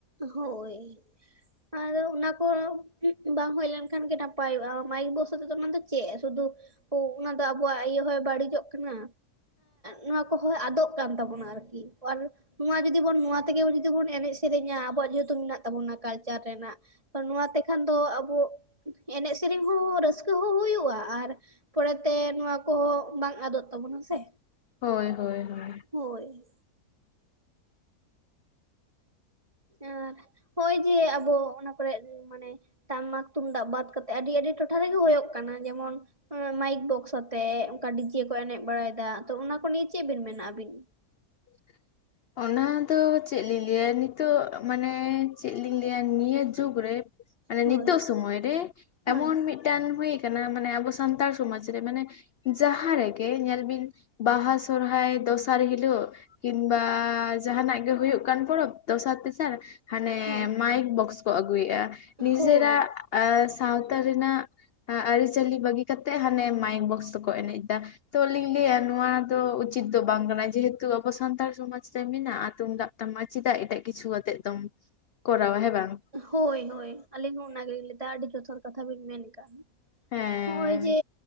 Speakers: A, on the right (about 20°); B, on the left (about 70°).
A: ᱦᱳᱭ ᱟᱫᱚ ᱚᱱᱟ ᱠᱚ ᱵᱟᱝ ᱦᱩᱭ ᱞᱮᱱᱠᱷᱟᱱ ᱜᱮ ᱱᱟᱯᱟᱭᱚᱜ-ᱟ ᱢᱟᱭᱤᱠ ᱵᱚᱠᱥ ᱟᱛᱮᱫᱚ ᱚᱱᱟ ᱫᱚ ᱪᱮᱫ ᱥᱩᱫᱷᱩ ᱚᱱᱟ ᱫᱚ ᱟᱵᱚᱣᱟᱜ ᱤᱭᱟᱹ ᱦᱚᱭ ᱵᱟᱹᱲᱤᱡᱚᱜ ᱠᱟᱱᱟ ᱱᱚᱣᱟ ᱠᱚᱦᱚᱸ ᱟᱫᱚᱜ ᱠᱟᱱ ᱛᱟᱵᱚᱱᱟ ᱟᱨᱠᱤ ᱟᱨ ᱱᱚᱣᱟ ᱡᱩᱫᱤ ᱵᱚᱱ ᱱᱚᱣᱟ ᱛᱮᱜᱮ ᱡᱩᱫᱤ ᱵᱚᱱ ᱮᱱᱮᱡ ᱥᱮᱨᱮᱧᱟ ᱟᱵᱚᱣᱟᱜ ᱡᱮᱦᱮᱛᱩ ᱢᱮᱱᱟᱜ ᱛᱟᱵᱚᱱᱟ ᱠᱟᱞᱪᱟᱨ ᱨᱮᱱᱟᱜ ᱱᱚᱣᱟ ᱛᱮᱠᱷᱟᱱ ᱫᱚ ᱟᱵᱚ ᱮᱱᱮᱡ ᱥᱮᱨᱮᱧ ᱦᱚᱸ ᱨᱟᱹᱥᱠᱟᱹ ᱦᱚᱸ ᱦᱩᱭᱩᱜ-ᱟ ᱟᱨ ᱯᱚᱨᱮᱛᱮ ᱱᱚᱣᱟ ᱠᱚᱦᱚᱸ ᱵᱟᱝ ᱟᱫᱚᱜ ᱛᱟᱵᱚᱱᱟ ᱥᱮ
B: ᱦᱳᱭ ᱦᱳᱭ ᱦᱳᱭ
A: ᱦᱳᱭ ᱟᱨ ᱱᱚᱸᱜ-ᱚᱭ ᱡᱮ ᱟᱵᱚ ᱚᱱᱟ ᱠᱚᱨᱮ ᱢᱟᱱᱮ ᱴᱟᱢᱟᱠ ᱛᱩᱢᱫᱟᱜ ᱵᱟᱫ ᱠᱟᱛᱮᱜ ᱟᱹᱰᱤ ᱟᱹᱰᱤ ᱴᱚᱴᱷᱟ ᱨᱮᱜᱮ ᱦᱩᱭᱩᱜ ᱠᱟᱱᱟ ᱡᱮᱢᱚᱱ ᱢᱟᱭᱤᱠ ᱵᱚᱠᱥ ᱟᱛᱮᱜ ᱚᱱᱠᱟ ᱰᱤᱡᱮ ᱠᱚ ᱮᱱᱮᱡ ᱵᱟᱲᱟᱭᱮᱫᱟ ᱛᱚ ᱚᱱᱟ ᱠᱚ ᱱᱤᱭᱮ ᱪᱮᱫ ᱵᱤᱱ ᱢᱮᱱᱟ ᱟᱹᱵᱤᱱ
B: <inaudible> ᱚᱱᱟ ᱫᱚ ᱪᱮᱫ ᱞᱤᱧ ᱞᱟᱹᱭᱟ ᱱᱤᱛᱚᱜ ᱢᱟᱱᱮ ᱪᱮᱫ ᱞᱤᱧ ᱞᱟᱹᱭᱟ ᱱᱤᱭᱟᱹ ᱡᱩᱜᱽ ᱨᱮ ᱢᱟᱱᱮ
A: ᱦᱳᱭ
B: ᱱᱤᱛᱚᱜ ᱥᱚᱢᱚᱭ ᱨᱮ
A: ᱦᱳᱭ
B: ᱮᱢᱚᱱ ᱢᱤᱫ ᱢᱤᱫᱴᱟᱱ ᱦᱩᱭ ᱟᱠᱟᱱᱟ ᱢᱟᱱᱮ ᱟᱵᱚ ᱥᱟᱱᱛᱟᱲ ᱥᱚᱢᱟᱡᱽ ᱨᱮ ᱢᱟᱱᱮ ᱡᱟᱦᱟᱸ ᱨᱮᱜᱮ ᱧᱮᱞ ᱵᱤᱱ ᱵᱟᱦᱟ ᱥᱚᱨᱦᱟᱭ ᱫᱚᱥᱟᱨ ᱦᱤᱞᱳᱜ ᱠᱤᱢᱵᱟ ᱡᱟᱦᱟᱱᱟᱜ ᱜᱮ ᱦᱩᱭᱩᱜ ᱠᱟᱱ ᱯᱚᱨᱚᱵᱽ ᱫᱚᱥᱟᱨ ᱛᱮᱥᱟᱨ ᱦᱟᱱᱮ
A: ᱦᱳᱭ
B: ᱢᱟᱭᱤᱠ ᱵᱚᱠᱥ ᱠᱚ ᱟᱜᱩᱭᱮᱫ-ᱟ ᱱᱤᱡᱮᱨᱟᱜ
A: ᱦᱳᱭ
B: ᱟᱨ ᱥᱟᱶᱛᱟ ᱨᱮᱱᱟᱜ ᱟᱹᱨᱤᱪᱟᱹᱞᱤ ᱵᱟᱹᱜᱤ ᱠᱟᱛᱮᱜ ᱦᱟᱱᱮ ᱢᱟᱭᱤᱠ ᱵᱚᱠᱥ ᱛᱮᱠᱚ ᱮᱱᱮᱡ ᱮᱫᱟ ᱛᱚ ᱞᱤᱧ ᱞᱟᱹᱭᱟ ᱱᱚᱣᱟ ᱫᱚ ᱩᱪᱤᱛ ᱫᱚ ᱵᱟᱝ ᱠᱟᱱᱟ ᱡᱮᱦᱮᱛᱩ ᱟᱵᱚ ᱥᱟᱱᱛᱟᱲ ᱥᱚᱢᱟᱡ ᱨᱮ ᱢᱮᱱᱟᱜ-ᱟ ᱛᱩᱢᱫᱟᱜ ᱴᱟᱢᱟᱠ ᱪᱮᱫᱟᱜ ᱮᱴᱟᱜ ᱠᱤᱪᱷᱩ ᱟᱛᱮ ᱫᱚᱢ ᱠᱚᱨᱟᱣᱟ ᱦᱮᱸ ᱵᱟᱝ
A: ᱦᱳᱭ ᱦᱳᱭ ᱟᱹᱞᱤᱧ ᱦᱚᱸ ᱚᱱᱟ ᱜᱮᱞᱤᱧ ᱞᱟᱹᱭᱫᱟ ᱟᱹᱰᱤ ᱡᱚᱛᱷᱟᱛ ᱠᱟᱛᱷᱟ ᱵᱤᱱ ᱢᱮᱱ ᱟᱠᱟᱫ-ᱟ
B: ᱦᱮᱸ
A: ᱦᱚᱜ-ᱚᱭ ᱡᱮ